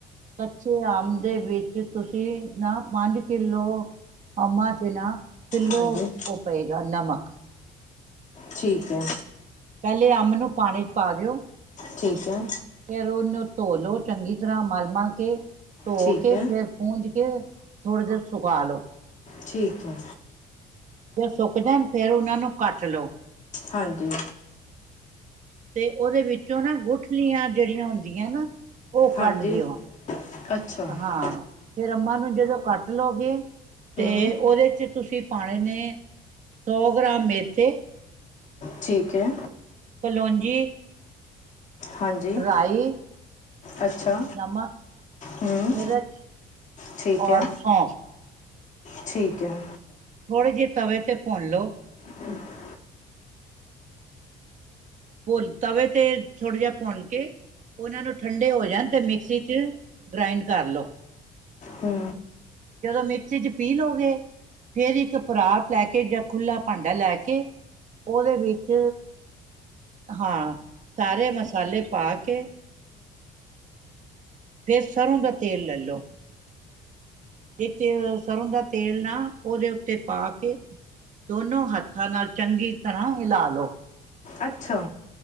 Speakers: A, on the right; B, on the left.
A: ਕੱਚੇ ਆਮ ਦੇ ਵਿੱਚ ਤੁਸੀਂ ਨਾ ਪੰਜ ਕਿੱਲੋ ਅੰਬਾ ਚ ਨਾ ਕਿੱਲੋ
B: ਹਾਂਜੀ
A: ਓ ਪਏਗਾ ਨਮਕ।
B: ਠੀਕ ਐ।
A: ਪੈਲੇ ਅੰਬ ਨੂੰ ਪਾਨੀ ਚ ਪਾ ਦਿਓ।
B: ਠੀਕ ਐ।
A: ਫੇਰ ਓਨੂੰ ਧੋ ਲੋ ਚੰਗੀ ਤਰ੍ਹਾਂ ਮਲ-ਮਲ ਕੇ, ਧੋ
B: ਠੀਕ
A: ਕੇ
B: ਹੈ
A: ਫੇਰ ਪੁਜ ਕੇ, ਥੋੜੀ ਦੇਰ ਸੁਕਾ ਲਓ।
B: ਠੀਕ ਐ।
A: ਫੇਰ ਸੁੱਕ ਜਾਣ ਫੇਰ ਓਨਾਂ ਨੂੰ ਕੱਟ ਲੋ।
B: ਹਾਂਜੀ।
A: ਤੇ ਓਦੇ ਵਿੱਚੋਂ ਨਾ ਗੁਠਲੀਆਂ ਜੇੜੀਆਂ ਹੁੰਦੀਆਂ ਨਾ, ਓ
B: ਹਾਂਜੀ
A: ਕੱਢ ਦਿਓ।
B: ਅੱਛਾ ਹੂੰ
A: ਹਾਂ, ਫੇਰ ਅੰਮਾ ਨੂੰ ਜਦੋਂ ਕੱਟ ਕੱਟ ਲੋਗੇ, ਤੇ
B: ਹੂੰ
A: ਓਦੇ ਚ ਤੁਸੀਂ ਪਾਣੇ ਨੇ ਸੌ ਗ੍ਰਾਮ ਮੇਥੇ
B: ਠੀਕ ਐ।
A: ਪਲੋਂਜੀ।
B: ਹਾਂਜੀ
A: ਰਾਈ
B: ਅੱਛਾ
A: ਨਮਕ
B: ਹੂੰ
A: ਮਿਰਚ
B: ਠੀਕ
A: ਔਰ
B: ਐ।
A: ਸੌਂਫ
B: ਠੀਕ ਐ।
A: ਥੋੜੇ ਜੇਹੇ ਤਵੇ ਤੇ ਭੁੰਨ ਲੋ
B: ਹਮ
A: ਬੋਲ ਤਵੇ ਤੇ ਥੋੜ੍ਹਾ ਜੇਹਾ ਭੁੰਨ ਕੇ ਓਨਾਂ ਨੂੰ ਠੰਡੇ ਹੋ ਜਾਣ ਤੇ ਮਿਕਸੀ ਚ ਗਰਾਇੰਡ ਕਰ ਲਓ।
B: ਹੂੰ।
A: ਜਦੋਂ ਮਿਕਸੀ ਚ ਪੀਲੋਗੇ। ਫੇਰ ਇੱਕ ਪਰਾਤ ਲੈ ਕੇ ਜਾਂ ਖੁੱਲਾ ਭਾਂਡਾ ਲੈ ਕੇ ਓਦੇ ਵਿੱਚ ਹਾਂ, ਸਾਰੇ ਮਸਾਲੇ ਪਾ ਕੇ ਫੇਰ ਸਰ੍ਹੋਂ ਦਾ ਤੇਲ ਲੈ ਲਓ। ਵਿਚ ਸਰ੍ਹੋਂ ਦਾ ਤੇਲ ਨਾ ਓਦੇ ਉੱਤੇ ਪਾ ਕੇ, ਦੋਨੋ ਹੱਥ ਹੱਥਾਂ ਨਾਲ ਚੰਗੀ ਤਰ੍ਹਾਂ ਹਿਲਾ ਲਓ।
B: ਅੱਛਾ।